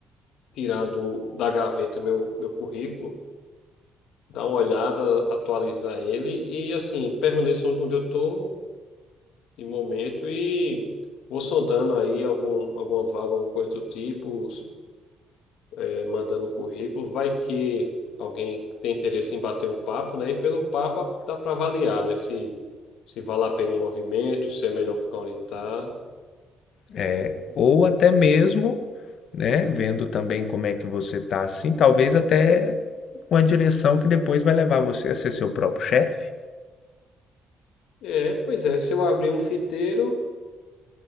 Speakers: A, on the left (about 85°); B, on the left (about 65°).
A: tirar do, da gaveta o meu, meu currículo, dar uma olhada, atualizar ele e, assim, permaneço onde eu tô de momento e vou sondando aí algum, alguma vaga, alguma coisa do tipo, é, mandando o currículo. Vai que alguém tem interesse em bater um papo, né? E pelo papo dá para avaliar, né? Se, se vale a pena um movimento, se é melhor ficar onde tá.
B: É, ou até mesmo, né, vendo também como é que você está, assim, talvez até uma direção que depois vai levar você a ser seu próprio chefe.
A: É, pois é, se eu abrir um fiteiro.